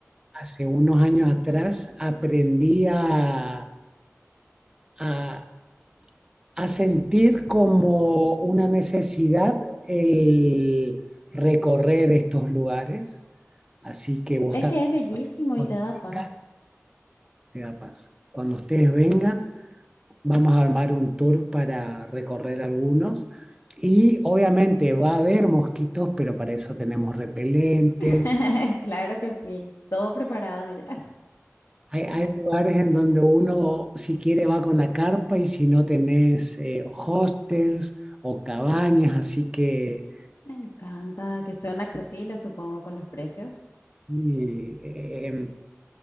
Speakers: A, on the right (about 15°); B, on the left (about 75°).
A: hace unos años atrás aprendí a, a, a sentir como una necesidad el recorrer estos lugares. Así que vos
B: Es que es bellísimo
A: vengan,
B: y te da paz.
A: te da paz. Cuando ustedes vengan, vamos a armar un tour para recorrer algunos. Y obviamente va a haber mosquitos, pero para eso tenemos repelente,
B: <laughs> Claro que sí, todo preparado ya.
A: Hay, hay lugares en donde uno, si quiere, va con la carpa y si no tenés eh, hostels o cabañas, así que
B: Me encanta que sean accesibles, supongo, con los precios.
A: eh, em,